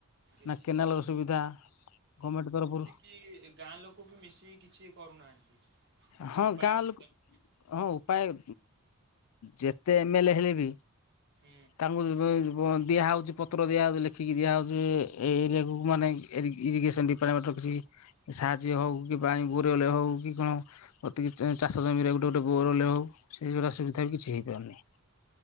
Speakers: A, on the right (about 55°); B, on the left (about 80°).
A: କିଛି
B: ନା କେନାଲ
A: ନାହିଁ।
B: ର ସୁବିଧା, ଗଭର୍ମେଣ୍ଟ ତରଫରୁ
A: କି ଗାଁ ଲୋକ ବି ମିଶିକି କିଛି କରୁନାହାନ୍ତି। କିଛି
B: ହଁ
A: ଉପାୟ
B: ଗାଁ
A: ବାହାର
B: ଲୋକ
A: କଲେ
B: ହଁ ଉପାୟ ଯେତେ ଏମ ଏଲ ଏ ହେଲେ ବି
A: ହୁଁ।
B: ତାଙ୍କୁ <unintelligible> ଦିଆହେଉଛି ପତ୍ର ଦିଆହେଉଛି ଲେଖିକି ଦିଆହେଉଛି <inaudible> ଏରିଆକୁ ମାନେ ଇରିଗେସନ୍ ଡି ପା ବାଟ କିଛି ସାହାଯ୍ୟ ହଉ କି ପାଣି ଗୋରେଲେ ହଉ କି କଣ ଅତିକି ଚାଷ ଜମିରେ ଗୋଟେ ଗୋଟେ ବୋରେଲ ହୋଉ ସେ ଯୋଉ ସୁବିଧା ବି କିଛି ହେଇପାରୁ ନେହିଁ।